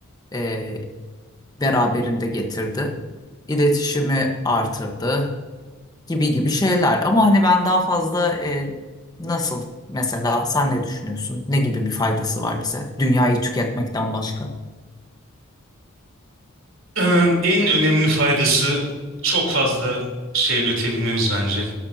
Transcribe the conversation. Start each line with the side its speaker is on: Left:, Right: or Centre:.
Left: e, beraberinde getirdi. İletişimi artırdı. gibi gibi şeyler. Ama hani ben daha fazla e, nasıl mesela sen ne düşünüyorsun? Ne gibi bir faydası var bize? Dünyayı tüketmekten başka.
Right: Ee, En önemli faydası çok fazla şey üretebilmemiz bence.